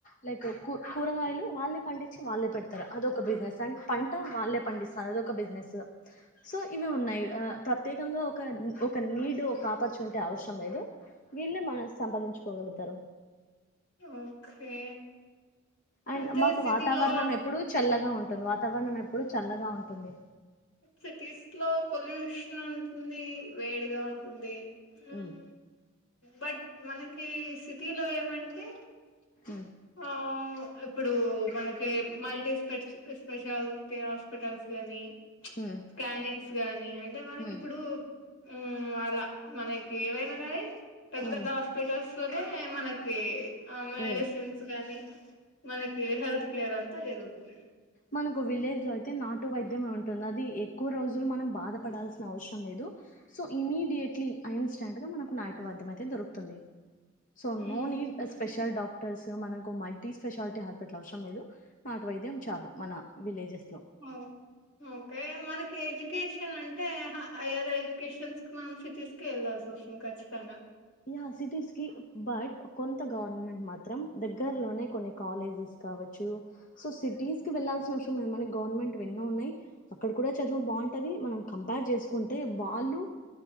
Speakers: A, on the left; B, on the left.
A: లైక్ కూ కూరగాయలు వాళ్ళే పండించి వాళ్ళే పెడతారు అదొ ఒక బిజినెస్ అండ్ పంట వాళ్ళే పండిస్తారు అదొక బిజినెస్ సో ఇవి ఉన్నాయి ప్రత్యేకంగా ఒక ఒక నీడ్ ఒక ఆపర్చునిటీ అవసరం లేదు వీళ్ళే మన సంపాదించుకోగలుగుతారు
B: ఓకే
A: అండ్
B: అంటే
A: మాకు
B: సిటీలో
A: వాతావరణం ఎప్పుడు చల్లగా ఉంటుంది వాతావరణం ఎప్పుడు చల్లగా ఉంటుంది
B: సిటీస్ లో పొల్యూషన్ ఉంటుంది వేడిగా ఉంటుంది హ్మ్.
A: మ్మ్
B: బట్ మనకి సిటీలో ఏమం టే
A: ఉమ్
B: ఆ ఇప్పుడు మనకి మల్టీస్ స్పెడ్స్ స్పెషాలిటీ హాస్పిటల్స్ గాని ప్చ్
A: ఉమ్
B: స్కానింగ్స్ గాని అంటే మనకి
A: ఉమ్
B: ఇప్పుడు ము అలా మనకి ఏవైనా గాయి పెద్ద
A: ఉమ్
B: పెద్ద హాస్పిటల్స్ లోనే మనకి ఆ మెడిసిన్స్
A: ఉమ్
B: గాని మనకి హెల్త్ కేర్ అంతా జరుగుతున్నాయి
A: మనకు విలేజ్ లో అయితే నాటు వైద్యం ఉంటుంది అది ఎక్కువ రోజులు మనం బాధపడాల్సిన అవసరం లేదు సో ఇమీడియట్లీ అన్నియాస్టెంట్ట్ గా మనకు నాటు వైద్యం అయితే దొరుకుతుంది so no
B: hmm
A: need a special doc doctors మనకు మల్టీ స్పెషాలిటీ హాస్పిటల్ అవసరం లేదు నాటు వైద్యం చాలు మన విలేజెస్ లో
B: హ్మ్మ్ ఓకే మనకి ఎడ్యుకేషన్ అంటే హైయర్ ఎడ్యుకేషన్స్ కి మనం సిటీస్ కి వెళ్లాల్సి వస్తుంది ఖచ్చితంగా
A: యా సిటీస్ కి బట్ కొంత గవర్నమెంట్ మాత్రం దగ్గర లోనే కొన్ని కాలేజెస్ కావచ్చు సో సిటీస్ కి వెళ్లాల్సిన అవసరం మన గవర్నమెంట్ ఎన్నో ఉన్నాయి అక్కడ కూడా చదువు బా అంటే అది మనం కంపేర్ చేకుంటే వాళ్ళు